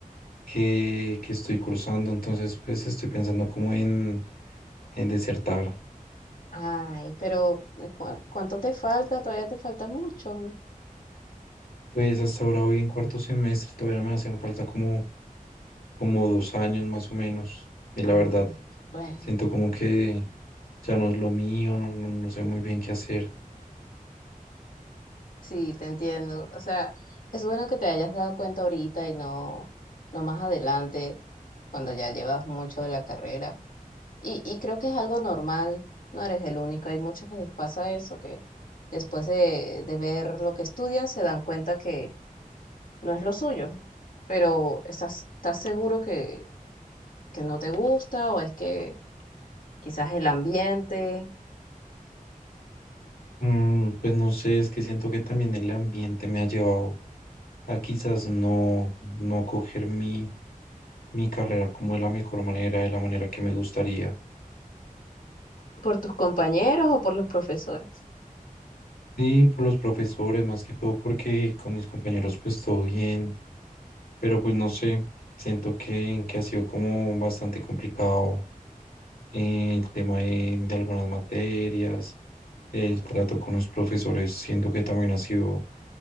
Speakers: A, on the left (about 85°); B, on the left (about 70°).
A: que, que estoy cursando, entonces pues estoy pensando como en, en desertar.
B: Ay, pero eh, ¿cu- ¿cuánto te falta? Todavía te falta mucho. ¿no?
A: Pues hasta ahora voy en cuarto semestre, todavía me hacen falta como como dos años más o menos. Y
B: Ay,
A: la verdad,
B: bueno,
A: siento como que ya no es lo mío, no, no- no sé muy bien qué hacer.
B: sí, te entiendo. O sea, es bueno que te hayas dado cuenta ahorita y no, no más adelante, cuando ya llevas mucho de la carrera. Y, y creo que es algo normal, no eres el único. Hay muchos que les pasa eso, que después de, de ver lo que estudian se dan cuenta que no es lo suyo. Pero ¿estás, estás seguro que, que no te gusta o es que quizás el ambiente,
A: Mm, pues no sé, es que siento que también el ambiente me ha llevado a quizás no, no coger mi, mi carrera como de la mejor manera, de la manera que me gustaría.
B: por tus compañeros o por los profesores.
A: Sí, por los profesores, más que todo, porque con mis compañeros pues todo bien, pero pues no sé, siento que, que ha sido como bastante complicado eh, el tema de de algunas materias El trato con los profesores siento que también ha sido